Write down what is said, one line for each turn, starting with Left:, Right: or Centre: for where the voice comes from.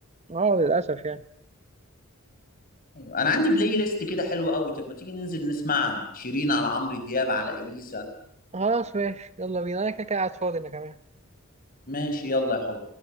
Right: اه للأسف يعني
Left: ايوه انا عندي بلاي ليست كده حلوه قوي طب ما تيجي ننزل نسمع شيرين على عمرو دياب على اليسا
Right: خلاص ماشي يلا بينا انا كده كده قاعد فاضي انا كمان
Left: ماشي يلا يا حب